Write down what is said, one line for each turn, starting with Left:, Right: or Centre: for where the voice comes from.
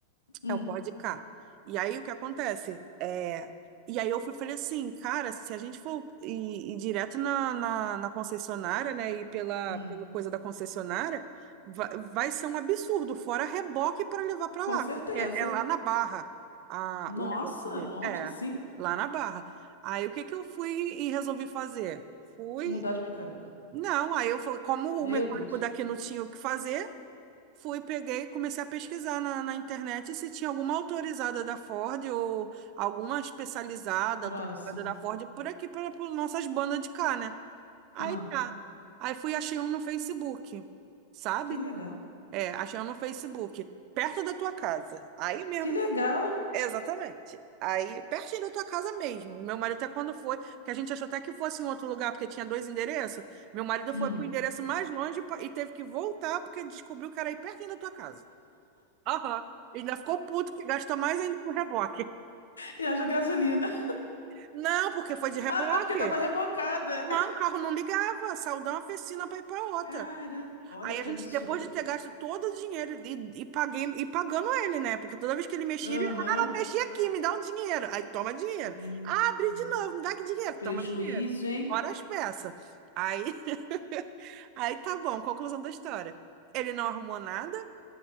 Left: Hum,
Right: É o Ford Ka. E aí o que acontece? É... E aí eu fui falei assim, cara, se a gente for ir, ir direto na, na, na concessionária, né? E pela,
Left: hum.
Right: pela coisa da concessionária, vai, vai ser um absurdo, fora reboque para levar para
Left: Com
Right: lá,
Left: certeza.
Right: porque é lá na Barra a,
Left: Nossa,
Right: o negócio dele.
Left: longe
Right: É,
Left: assim?
Right: lá na Barra. Aí o que que eu fui e resolvi fazer? Fui.
Left: Mudar de mecânico.
Right: Não, aí eu falei, como
Left: Meu
Right: o mecânico
Left: Deus.
Right: daqui não tinha o que fazer, Fui, peguei, comecei a pesquisar na, na internet se tinha alguma autorizada da Ford ou alguma especializada,
Left: Próximo.
Right: autorizada da Ford por aqui, para nossas bandas de cá, né? Aí
Left: Ah,
Right: tá. Aí fui, achei um no Facebook, sabe?
Left: que legal.
Right: É, achei um no Facebook, perto da tua casa. Aí mesmo,
Left: Que legal.
Right: exatamente. Aí, pertinho da tua casa mesmo. Meu marido até quando foi, porque a gente achou até que fosse em outro lugar, porque tinha dois endereços. Meu marido
Left: Hum.
Right: foi pro endereço mais longe e pa- e teve que voltar porque descobriu que era aí pertinho da tua casa. Aham. E ainda ficou puto que gastou mais ainda com reboque.
Left: E haja gasolina.
Right: Não, porque foi de reboque.
Left: Ah, não, porque tava rebocada.
Right: Não, o carro não ligava, saiu de uma oficina para ir para outra.
Left: Caramba, olha
Right: Aí
Left: que
Right: a gente,
Left: absurdo.
Right: depois de ter gasto todo o dinheiro e, e paguei e pagando ele, né? Porque toda vez que ele mexia,
Left: Aham.
Right: ele, ah, mexi aqui, me dá um dinheiro. Aí toma dinheiro.
Left: Meu
Right: Ah, abri
Left: Deus.
Right: de novo, me dá que dinheiro,
Left: Prejuízo,
Right: toma dinheiro.
Left: hein?
Right: Fora as peças. Aí, <laughs> aí tá bom, conclusão da história. Ele não arrumou nada,